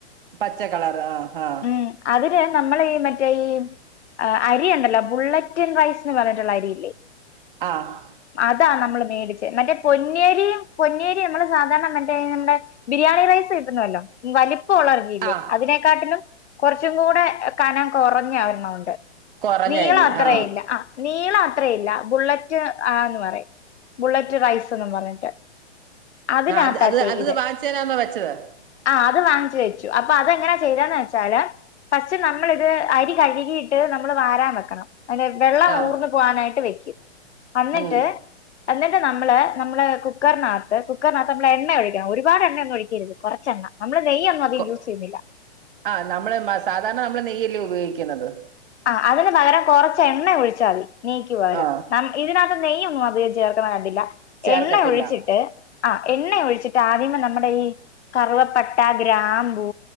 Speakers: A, on the right (about 50°); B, on the left (about 75°).
A: പച്ച കളർ ആ ഹാ
B: ഉം അതിന് നമ്മളെ ഈ മറ്റേ ഈ അരി ഉണ്ടല്ലോ ബുള്ളറ്റ് റ്റ്ൻ റൈസ് ന്ന് പറഞ്ഞിട്ടുള്ള അരിയില്ലേ
A: ആഹ്
B: അതാ നമ്മള് മേടിച്ചേ മറ്റേ പൊന്നേരിയും പൊന്നേരി നമ്മള് സാധാരണ മറ്റേ നമ്മ്ടേ ബിരിയാണി റൈസ് കിട്ടുന്നുവല്ലോ വലിപ്പവുള്ള അരിയില്ലേ
A: ആ
B: അതിനേക്കാട്ട്ലും കൊറച്ചും കൂടെ കനം കൊറഞ്ഞ ഒരെണ്ണമുണ്ട്
A: കൊറഞ്ഞ
B: നീളം
A: അരി
B: അത്രേ
A: ആ
B: ഇല്ല ആ നീളത്രയില്ല ബുള്ളറ്റ് ആ ന്ന് പറയും ബുള്ളറ്റ് റൈസ്ന്നും പറഞ്ഞിട്ട് അതിനകത്താ
A: ആ അത് അത്
B: ചെയ്ത്
A: അത് വാങ്ങ്ച്ചെരാംന്നാ വെച്ചത്
B: ആ അത് വാങ്ങിച്ചു വെച്ചു അപ്പൊ അതെങ്ങനാ ചെയ്തന്ന് വെച്ചാല് ഫസ്റ്റ് നമ്മളിത് അരി കഴുകിയിട്ട് നമ്മള് വാരാൻ വെക്കണം അതിന്റെ വെള്ളം
A: ആ
B: ഊർന്നു പോവാനായിട്ട് വെയ്ക്കും അന്നിട്ട്
A: ഉം
B: എന്നിട്ട് നമ്മള് നമ്മ്ള് കുക്കറിനകത്ത് കുക്കറിനകത്ത് നമ്മ്ള് എണ്ണ ഒഴിക്കണം ഒരുപാട് എണ്ണ ഒന്നും ഒഴിക്കരുത് കൊറച്ചെണ്ണ നമ്മ്ള് നെയ്യൊന്നും അതീ
A: കൊ
B: യൂസ് ചെയ്യുന്നില്ല
A: ആ നമ്മ്ള് മ സാധാരണ നമ്മ്ള് നെയ്യല്ലേ ഉപയോഗിക്കുന്നത്
B: ആ അതിന് പകരം കൊറച്ച് എണ്ണ ഒഴിച്ചാതി നെയ്ക്ക് പകരം
A: ആ
B: നമ്മ് ഇതിനകത്ത് നെയ്യോന്നും അധികം ചേർക്ക്ണ് കണ്ടില്ല
A: ചേർക്കത്തില്ല
B: എണ്ണ ഒഴിച്ചിട്ട് ആ എണ്ണ ഒഴിച്ചിട്ട് ആദ്യമേ നമ്മ്ടെ ഈ കറ് വപ്പട്ട, ഗ്രാമ്പൂ